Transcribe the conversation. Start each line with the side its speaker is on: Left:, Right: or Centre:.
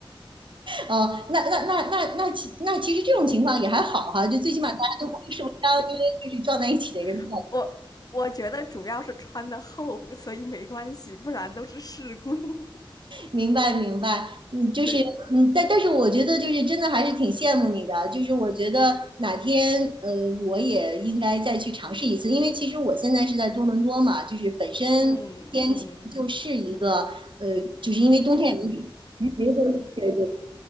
Right: 哦，那那那那那其那其实这种情况也还好哈，就最起码大家都不会受伤，因为就是撞在一起的人
Left: <laughs> 我我觉得主要是穿的厚，所以没关系，不然都是事故。<laughs>
Right: 明白明白，嗯，就是嗯，
Left: 对，
Right: 但但是我觉得就是真的还是挺羡慕你的，就是我觉得哪天呃我也应该再去尝试一次，因为其实我现在是在多伦多嘛，就是本身天气就是一个呃，
Left: 嗯嗯
Right: 就是因为冬天也没没的，对对对，